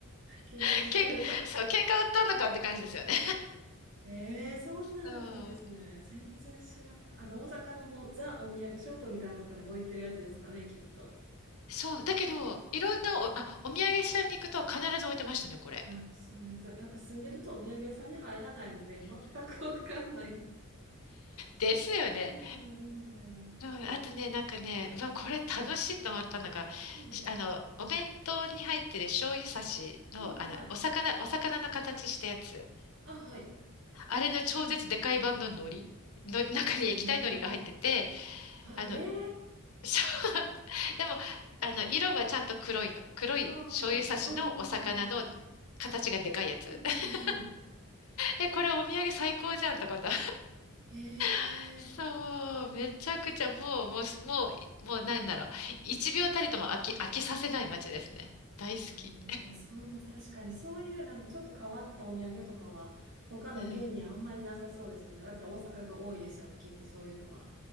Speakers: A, on the right; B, on the left.
A: 気に入ってくれた。
B: <laughs> けん、そう、喧嘩売ったのかって感じですよね。
A: ええそんなんあるんですね。
B: うん。
A: 全然知らん。あの、大阪のもうザお土産ショップみたいなところに置いてるやつですかね、きっと。
B: そう、だけど、いろんなお、あ、お土産屋さんに行くと必ず置いてましたね、これ。
A: あ、そうなんですよ。やっぱ住んでるとお土産屋さんに入らないので、全くわかんないで
B: ですよね。
A: す。そんなんあるんや。うん。
B: うんあとね、なんかね、うわ、これ楽しいと思ったのが、
A: う
B: しあの、お弁当に入ってる醤油差しの、
A: ん、はい。
B: あの、お魚、お魚の形したやつ。
A: あ、はい。
B: あれの超絶でかい版の海苔の中に液体海苔が入ってて、
A: ええ
B: あの、
A: はい。ええ液体。
B: <laughs> そうでも、あの、色はちゃんと黒いの。黒い醤油差しのお魚の
A: ああ、はい。うん、うんはい。
B: 形がでかいやつ。
A: うんうんうん。
B: <laughs> え、これお土産最高じゃんとかだ。
A: へ
B: <laughs> そう、
A: え。
B: めちゃくちゃもう、もう、もう、もうなんだろう。一秒たりとも飽き、飽きさせない街ですね。大好き。
A: なるほど。そう、確かにそういうなんかちょっと変わったお土産とかは他の県にはあんまりなさそうですよね。
B: うん。
A: だって大阪が多いですよね、きっとそういうのは。